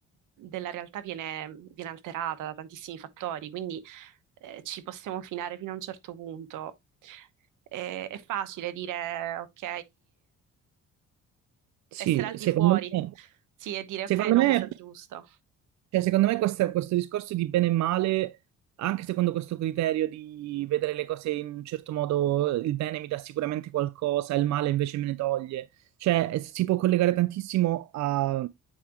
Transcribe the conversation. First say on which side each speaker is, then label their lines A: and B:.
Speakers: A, on the right; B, on the right.
A: della realtà viene, viene alterata da tantissimi fattori, quindi eh, ci possiamo finare fino a un certo punto. Eh, è facile dire, ok,
B: Sì,
A: essere al
B: secondo
A: di fuori,
B: me,
A: sì, e dire
B: secondo
A: ok, no,
B: me
A: cosa è giusto.
B: cioè, secondo me questa- questo discorso di bene e male, anche secondo questo criterio di vedere le cose in un certo modo, il bene mi dà sicuramente qualcosa, il male invece me ne toglie. Cioè, eh, si può collegare tantissimo a-